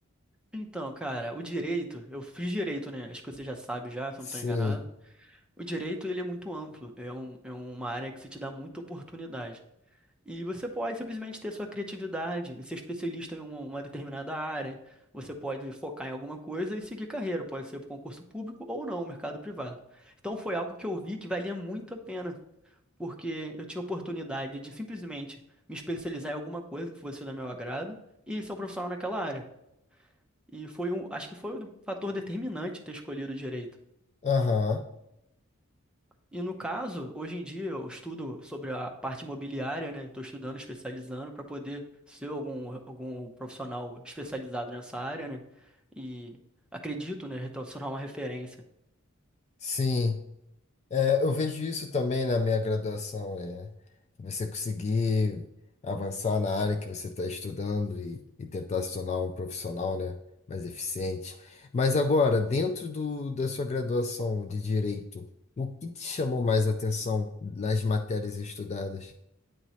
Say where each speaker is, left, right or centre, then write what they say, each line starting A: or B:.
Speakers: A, in the centre; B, on the left.
A: Então, cara, o direito, eu fiz direito, né? Acho que você já sabe já, se
B: Sim.
A: eu não estou enganado. O direito, ele é muito amplo. É, um, é uma área que se te dá muita oportunidade. E você pode simplesmente ter sua criatividade e ser especialista em uma, uma determinada área. Você pode focar em alguma coisa e seguir carreira, pode ser para concurso público ou não, mercado privado. Então foi algo que eu vi que valia muito a pena, porque eu tinha oportunidade de simplesmente me especializar em alguma coisa que fosse do meu agrado e ser um profissional naquela área. E foi um, acho que foi o fator determinante ter escolhido direito.
B: Aham.
A: E no caso, hoje em dia eu estudo sobre a parte imobiliária, né? Estou estudando, especializando para poder ser algum, algum profissional especializado nessa área, né? E acredito, né, retornar uma referência.
B: Sim. É, eu vejo isso também na minha graduação, é você conseguir avançar na área que você está estudando e, e tentar se tornar um profissional, né, mais eficiente. Mas agora, dentro do, da sua graduação de direito, o que te chamou mais atenção nas matérias estudadas?